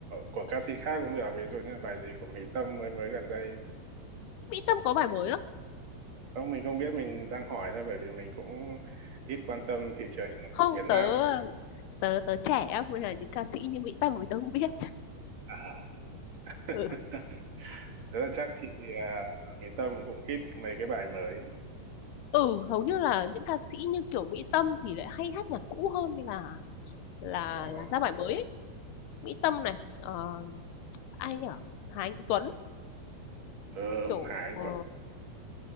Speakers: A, on the right; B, on the left.
A: của ca sĩ khác cũng được ví dụ như là bài gì của Mỹ Tâm mới mới gần đây
B: Mỹ Tâm có bài mới á
A: không mình không biết mình đang hỏi thôi bởi vì mình cũng ít quan tâm thị trường
B: không
A: Việt Nam
B: tớ tớ tớ trẻ á, nên là những ca sĩ như Mỹ Tâm thì tớ không biết
A: à.
B: ừ.
A: <laughs> Thế là chắc chị uh, Mỹ Tâm cũng ít mấy cái bài mới
B: ừ hầu như là những ca sĩ như kiểu Mỹ Tâm thì lại hay hát nhạc cũ hơn là là
A: đúng không
B: là ra bài mới ấy. Mỹ Tâm này ờ, ai nhở Hà Anh Tuấn
A: ừ,
B: kiểu
A: Hà Anh
B: ờ,
A: Tuấn